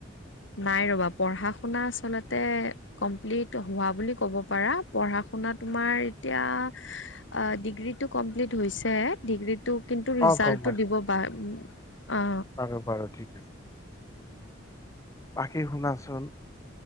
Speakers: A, on the left; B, on the left.
A: নাই ৰবা পঢ়া শুনা আচলতে কমপ্লিট হোৱা বুলি ক'ব পাৰা পঢ়া শুনা তোমাৰ এতিয়া অ', ডিগ্ৰীটো কমপ্লিট হৈছে ডিগ্ৰী তটো কিন্তু ৰিজাল্টটো
B: অ গম
A: দিব বা অ'।
B: হব বাৰু ঠিক আছে। বাকী শুনাচোন